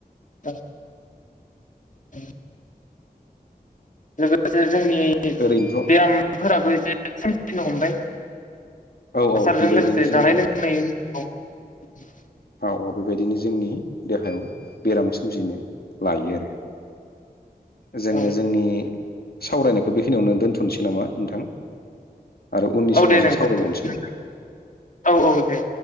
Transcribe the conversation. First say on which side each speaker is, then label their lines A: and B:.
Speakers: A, on the left; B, on the left.
A: औ औ <unintelligible> जोंनि
B: ओरैनोथ'
A: बेरामफोराबो एसे <unintelligible> हमबाय
B: औ औ
A: हासारजों
B: बेबायदिनो
A: लोगोसे
B: जोंनि
A: जानाय लोंनायनि उनाव
B: औ औ बेबायदिनो जोंनि देहायाव बेराम सोमजिनो लायो आरो। जोङो
A: औ
B: जोंनि सावरायनायखौ बेखिनियावनो दोनथ'नोसै नामा नोंथां? आरो उननि
A: औ
B: समाव
A: दे
B: जों
A: नोंथां
B: सावरायबावनोसै।
A: औ औ दे